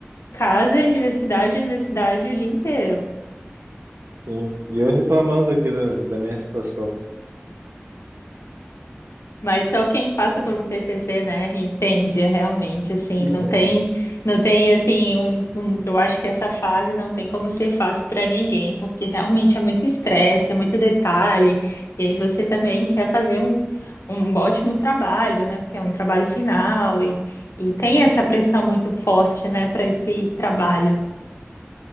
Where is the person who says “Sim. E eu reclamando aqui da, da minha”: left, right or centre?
Right